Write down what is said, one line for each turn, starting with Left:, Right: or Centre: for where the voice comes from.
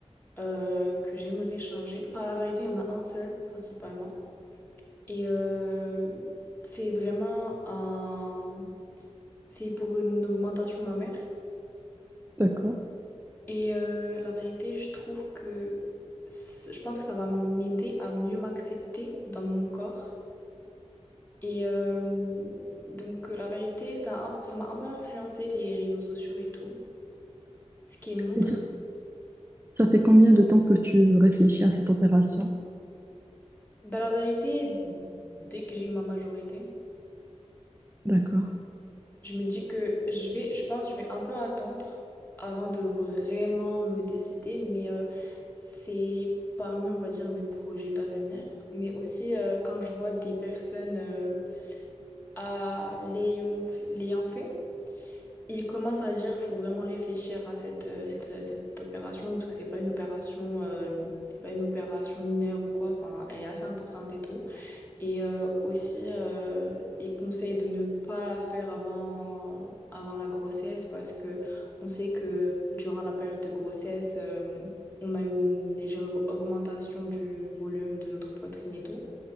Left: euh, que j'aimerais changer. Enfin, la vérité, il y en a un seul, principalement. Et euh, c'est vraiment un... C'est pour une augmentation mammaire.
Right: D'accord.
Left: Et euh, la vérité, je trouve que... c- Je pense que ça va m'aider à mieux m'accepter dans mon corps. Et euh, donc, euh, la vérité, ça, a un- ça m'a un peu influencé les réseaux sociaux et tout, ce qui montre.
Right: Et Ça ça fait combien de temps que tu réfléchis à cette opération?
Left: Ben, la vérité, dès que j'ai eu ma majorité,
Right: D'accord.
Left: je me dis que je vais, je pense, que je vais un peu attendre avant de vraiment me décider, mais euh, c'est parmi, on va dire, mes projets d'avenir, mais aussi euh, quand je vois des personnes euh, à l'ayant f- l'ayant fait. Il commence à dire faut vraiment réfléchir à cette, euh, cette, euh, cette opération parce que c'est pas une opération euh, c'est pas une opération mineure ou quoi enfin elle est assez importante et tout et euh, aussi euh, il conseille de ne pas la faire avant avant la grossesse parce que on sait que durant la période de grossesse euh, on a une légère augmentation du volume de notre poitrine et tout